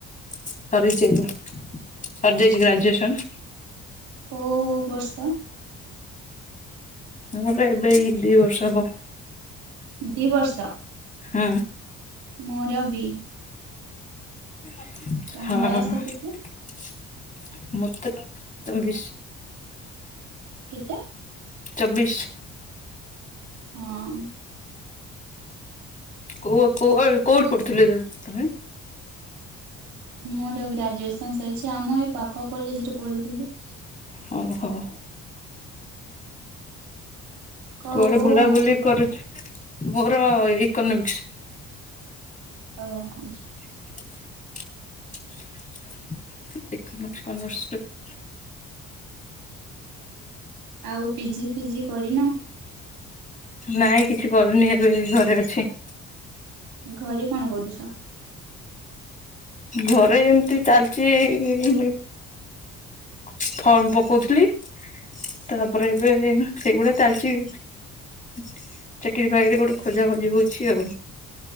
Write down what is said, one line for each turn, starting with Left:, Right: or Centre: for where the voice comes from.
Left: <inaudible> ସରିଛି। <inaudible> ସରିଯାଇଛି ଗ୍ରାଜୁଏସନ୍।
Right: କୋଉ ଉ ଉ ବର୍ଷ?
Left: ମୋର ଏବେ ଇ ଦି ବର୍ଷ ହବ।
Right: ଦି ବର୍ଷ?
Left: ହୁଁ।
Right: ମୋର ବି।
Left: <inaudible>
Right: ତମ
Left: ହଁ।
Right: ବୟସ କେତେ?
Left: <inaudible> ମତେ <inaudible> ବି ସେ
Right: କେତେ?
Left: ଚବିଶ।
Right: ହଁ।
Left: କୋ କୋଉ କୋଉ ଆଡେ଼ କୋଉଠି ପଢୁଥିଲେ ତମେ?
Right: ମୋର ଗ୍ରାଜୁଏସନ ସରିଛି। ଆଉ ମୁଁ ଏଇ ପାଖ କଲେଜରେ ପଢୁଥିଲି।
Left: ହଉ ହଉ <inaudible>
Right: କୋଉ
Left: କୁଆଡେ
Right: କୋଉ
Left: ବୁଲାବୁଲି
Right: ଅନର୍ସ ନେ
Left: କରୁଛି? <inaudible> ମୋର ଇକୋନୋମିକ୍ସ।
Right: ହଉ।
Left: <unintelligible>
Right: ଆଉ ପିଜି ଫିଜି କରିନ?
Left: ନାଇଁ କିଛି କରିନି। ଏବେ ଯାଇ ଘରେ ଅଛି।
Right: ଘରେ କଣ କରୁଛ?
Left: ଘରେ ଏମତି ଚାଲିଛି ଏଇ ଇ ଇ ଫର୍ମ ପକଉଥିଲି। <inaudible> ତାପରେ ଏବେ ଏଇ ସେଗୁଡା ଚାଲିଛି। <inaudible> ଚାକିରି ପାଇଁ କି ଗୋଟେ ଖୋଜା ଖୋଜି ହଉଛି ଆଉ।